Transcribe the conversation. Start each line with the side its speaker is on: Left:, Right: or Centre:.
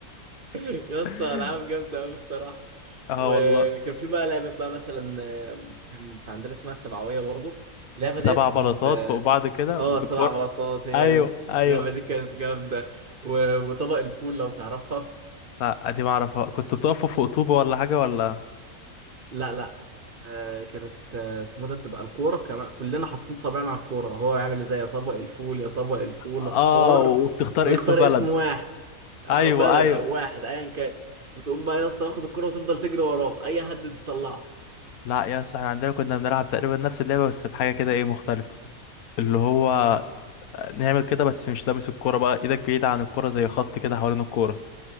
Right: <laughs> يا اسطى
Left: <laughs>
Right: العاب جامدة اوي بصراحة
Left: اه
Right: وكان
Left: والله
Right: في بقى لعبة بقى مثلا آه، كانت عندنا اسمها سبعوية برضو اللعبة
Left: سبع
Right: ديت كنت
Left: بلاطات فوق بعض كده
Right: اه
Left: بكور
Right: سبع بلاطات هي
Left: ايوه
Right: دي
Left: ايوه
Right: اللعبة دي كانت جامدة و... وطبق الفول لو تعرفها
Left: لا دي ما اعرفها كنت بتقفوا فوق طوبة ولا حاجة ولا
Right: لا لا آه كانت آه، اسمه ده بتبقى الكورة كمان كلنا حاطين صابعنا على الكورة هو يعمل ازاي يطبق الفول يطبق الفول
Left: اه
Right: اختار
Left: وبتختار
Right: ويختار
Left: اسم بلد
Right: اسم واحد او
Left: ايوه
Right: بلد
Left: ايوه
Right: او واحد ايا كان وتقوم بقى يا اسطى واخد الكورة وتفضل تجري وراه اي حد تطلعه
Left: لا يا اسطى احنا عندنا كنا بنلعب تقريبا نفس اللعبة بس بحاجة كده ايه مختلفة اللي هو نعمل كده بس مش لامس الكورة بقى ايدك بعيدة عن الكورة زي خط كده حوالين الكورة